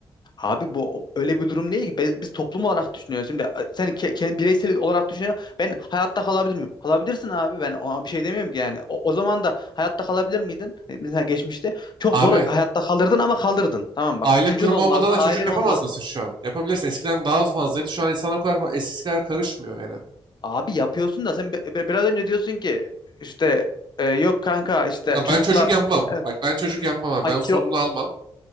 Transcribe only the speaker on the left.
abi bu öyle bir durum değil ki. Be- Biz, toplum olarak düşünüyoruz. Şimdi a, sen ke, ke- bireysel olarak düşünüyorsun. Ben hayatta kalabilir miyim? Kalabilirsin abi. Ben ona bir şey demiyorum ki yani. O, o zaman da hayatta kalabilir miydin? E, Mesela geçmişte çok
zor hayatta kalırdın ama kalırdın. Tamam
bak. Çocuğun
olmazdı,
ailen
olmazdı.
Abi yapıyorsun da sen bi- bi- biraz önce diyorsun ki işte e, yok kanka işte
çocuklar
e,
fakir